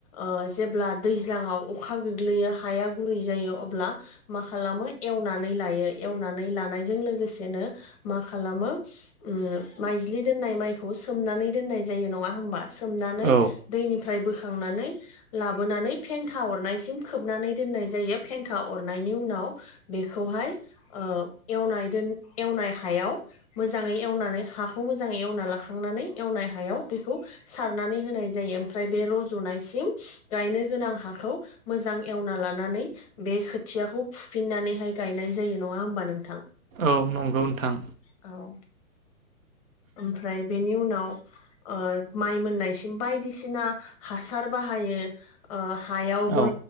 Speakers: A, on the left (about 25°); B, on the right (about 65°).
A: ओ जेब्ला दै ज्लांङाव अखा गोग्लैयो हाया गुरै जायो अब्ला मा खालामो एवनानै लायो एवना नानै लानायजों लोगोसेनो मा खालामो उम मायज्लि दोननाय मायखौ सोम नानै दोननाय जायो नङा होमबा सोमनानै
B: औ
A: दैनिफ्राय बोखांनानै लाबोनानै फेंखा अरनायसिम खोबनानै दोननाय जायो फेंखा अरनायनि उनाव बेखौहाय ओ एवनाय दोन एवनाय हायाव मोजाङै एवनानै हाखौ मोजाङै एवना लाखांनानै एवनाय हायाव बेखौ सारनानै होनाय जायो ओमफ्राय बे रज'नाय सिम गायनो गोनां हाखौ मोजां एवना लानानै बे खोथियाखौ फुफिननानै हाय गायनाय जायो नंङा होमबा? नोंथां
B: औ नंगौ नोंथां
A: औ ओमफ्राय बेनि उनाव ओ माइ मोननायसिम बायदिसिना हासार बाहायो ओ हायावबो
B: औ